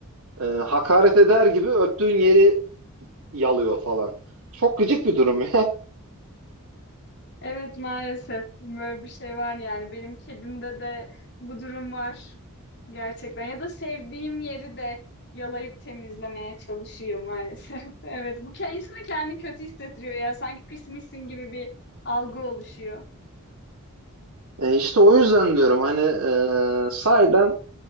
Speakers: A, on the right (about 75°); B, on the left (about 50°).
A: E, hakaret eder gibi öptüğün yeri yalıyor falan. Çok gıcık bir durum ya. <laughs>
B: Evet maalesef böyle bir şey var yani benim kedimde de bu durum var gerçekten ya da sevdiğim yeri de yalayıp temizlemeye çalışıyor maalesef. <laughs> Evet bu ke- insana kendini kötü hissettiriyor ya sanki pismişsin gibi bir algı oluşuyor.
A: E, işte o yüzden diyorum hani e, sahiden